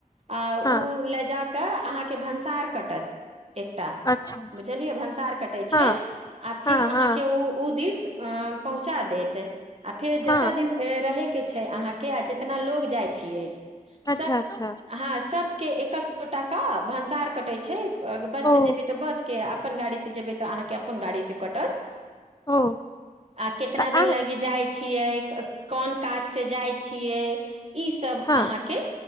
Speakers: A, on the right; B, on the left.
A: आ उ
B: हँ
A: लै जाक अहाँके भन्सार कटत एकटा
B: अच्छा
A: बुझलियै भन्सार कटै
B: हँ
A: छै आ फिर
B: हँ
A: अहाँके
B: हँ
A: उ उ दिस पहुचा देत आ फेर जता
B: हँ
A: दिन रहे के छै अहा के जेतना लोग जाय छियै
B: अच्छा
A: सब
B: अच्छा
A: हँ सबके एक एक गोटा क भन्सार कटै छै बस
B: ओ
A: से जेबै तऽ बस के अपन गाड़ी से जेबै तऽ अहाँ के अपन गाड़ी से कटत
B: ओ
A: आ कितना
B: तऽ
A: दिन
B: आ
A: लागी जाइ छियै कोन काज सँ जाइ छियै ई सब
B: हँ
A: अहाँ के